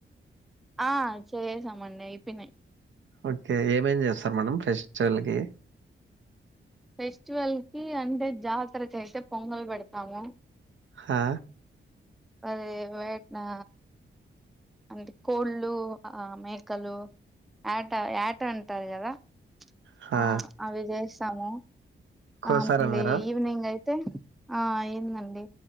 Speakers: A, in the centre; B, on the right.
A: ఆ చేసామండి అయిపోయినయి
B: ఓకే ఏం ఏం చేస్తారు మేడం ఫెస్టివల్కి
A: ఫెస్టివల్ కి అంటే జాతరకి అయితే పొంగలు పెడతాము
B: హా
A: అదే వేట్నా అందు కోళ్ళు ఆ మేకలు యాట యాట అంటారు కదా
B: హా
A: ఆ అవి చేస్త చేస్తాము
B: కోసారా
A: ఆ మళ్ళీ
B: మీరు
A: ఈవ్నింగ్ అయితే కోస్తే ఆ అయ్యిన్దండి